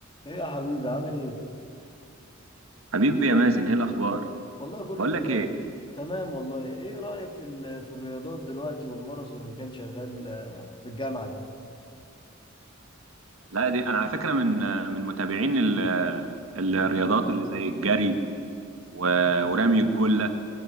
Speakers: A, on the left; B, on the right.
A: ايه يا حبيبي عامل ايه
B: حبيبي يا مازن ايه الاخبار
A: والله كله
B: بقول
A: تمام
B: لك ايه
A: تمام والله ايه رأيك في ال- في الرياضات دلوقتي والماراثون اللي كان شغال آه، في الجامعة ده
B: لا دي انا على فكره من من متابعين ال- الرياضات اللي زي الجري و- ورمي الجله